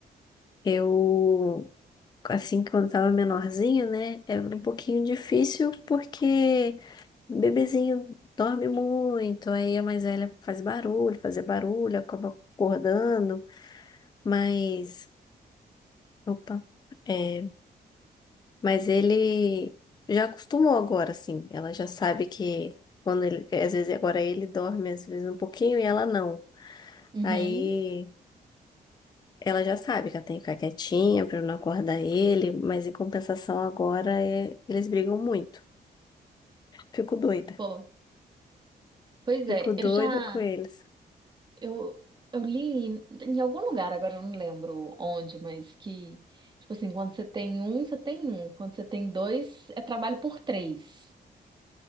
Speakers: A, on the left (about 25°); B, on the right (about 25°).
A: eu assim, quando tava menorzinho, né? Era um pouquinho difícil porque o bebezinho dorme muito, aí a mais velha faz barulho, fazer barulho, acaba acordando, mas, opa, é, mas ele já acostumou agora, assim, ela já sabe que quando ele, às vezes agora ele dorme, às vezes um pouquinho e ela não.
B: Uhum.
A: Aí ela já sabe que ela tem que ficar quietinha pra não acordar ele, mas em compensação agora é- eles brigam muito. Fico doida.
B: Pô, pois
A: Fico
B: é,
A: doida
B: eu já.
A: com eles.
B: Eu, eu li em, em algum lugar, agora eu não lembro onde, mas que, tipo assim, quando você tem um, você tem um. Quando você tem dois, é trabalho por três.